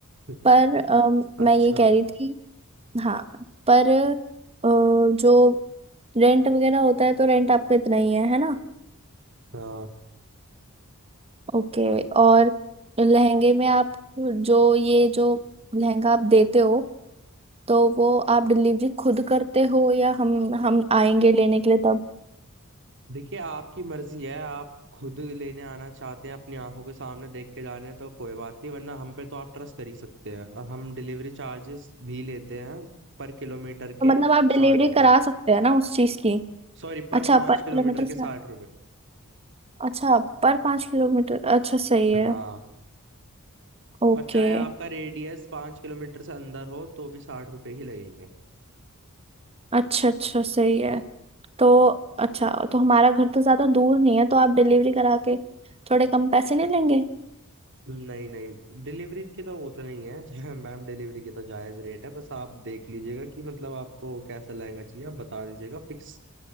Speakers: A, on the right (about 55°); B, on the right (about 25°).
A: <laughs>
B: पर अम,
A: अच्छा
B: मैं ये कह रही थी हाँ पर अ, जो रेंट वगैरह होता है तो रेंट आपका इतना ही है है ना
A: हाँ
B: ओके और लहंगे में आप जो ये जो लहंगा आप देते हो तो वो आप डिलीवरी खुद करते हो या हम हम आएंगे लेने के लिए तब
A: देखिए आपकी मर्जी है आप खुद लेने आना चाहते हैं अपनी आंखों के सामने देख के जाने हैं तो कोई बात नहीं वरना हम पे तो आप ट्रस्ट कर ही सकते हैं और हम डिलीवरी चार्जेस भी लेते हैं पर किलोमीटर
B: तो
A: के
B: मतलब आप डिलीवरी
A: साठ रुपए
B: करा सकते हैं ना उस चीज की
A: सॉरी पर
B: अच्छा
A: पाँच
B: पर किलोमीटर
A: किलोमीटर
B: से
A: के साठ
B: अच्छा पर पाँच किलोमीटर अच्छा सही है
A: हाँ
B: ओके
A: और चाहे आपका रेडियस पाँच किलोमीटर से अंदर हो तो भी साठ रुपए ही लगेंगे
B: अच्छा अच्छा सही है तो अच्छा तो हमारा घर तो ज़्यादा दूर नहीं है तो आप डिलीवरी करा के थोड़े कम पैसे नहीं लेंगे
A: नहीं नहीं डिलीवरी की तो वो तो नहीं है जो मैम डिलीवरी की तो जायज रेट है बस आप देख लीजिएगा कि मतलब आपको कैसा लहंगा चाहिए आप बता दीजिएगा फिक्स